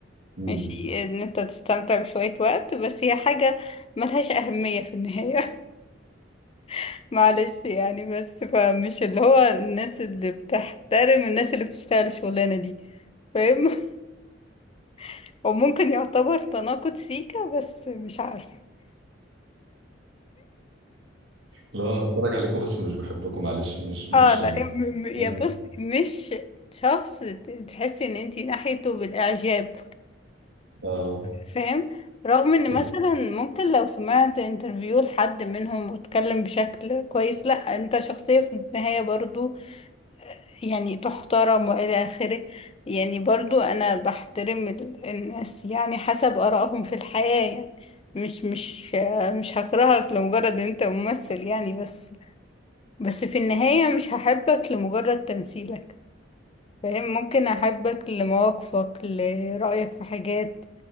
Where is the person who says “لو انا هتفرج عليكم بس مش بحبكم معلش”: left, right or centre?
Right